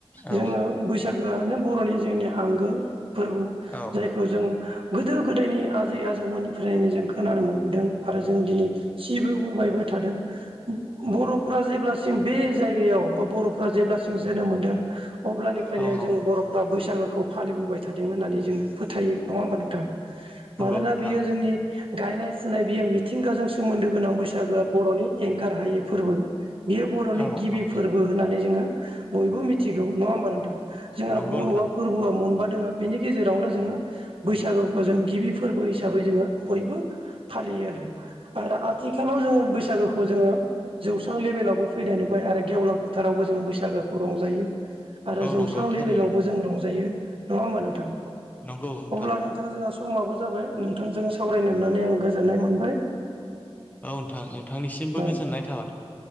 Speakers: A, on the left; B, on the right.
A: औ
B: जोङो बैस बैसागोआनो बर'नि जोंनि आंगो फोरबो
A: औ
B: जायखौ जों गोदो गोदोनि आजै आजौमोननिफ्रायनो जों खोनानो मोनबोदों आरो जों दिनै सिबोबोबायबो थादों बर'फ्रा जेब्लासिम बे जायगायाव बा बर'फ्रा जेब्लासिम जोनोम मोनदों अब्लानिफ्रायनो
A: औ नंगौ
B: जों बर'फ्रा बैसागो खौ फालिबोबाय थादों होननानै जोङो फोथायो नङा होमबा नोंथां मानोना
A: नंगौ नोंथां
B: बियो जोंनि गायनाय फुनाय बियो मिथिंगाजों सोमोन्दो गोनां बैसागोआ बर'नि एंगार हायि फोरबो बियो बर'नि
A: औ
B: गिबि
A: नंगौ
B: फोरबो होननानै जोङो बयबो मिथिगौ नङा होम्बा नोंथां जोंहा
A: नंगौ
B: बर'आ
A: नोंथां
B: फोरबोआ मोनबा दोङो बेनि गेजेरावनो जोङो बैसागुखौ जों गिबि फोरबो हिसाबै जोङो बयबो फालियो आरो आरो आथिखालाव जोङो बैसागोखौ जोङो जौस्रां लेभेलावबो फैनाय नुबाय आरो गेवलां फोथारावबो जोङो बैसागोखौ रंजायो आरो
A: औ
B: जौस्रां
A: नंगौ थारैनो
B: लेभेलावबो जों रंजायो नङा ओमबा नोंथां
A: नंगौ नोंथां
B: अब्ला नोंथाङा जोंहा समाबो जाबाय नोंथांजों सावरायनोमोननानै आं गोजोननाय मोनबाय
A: औ नोंथां नोंथांनिसिमबो
B: औ
A: गोजोननाय थाबाय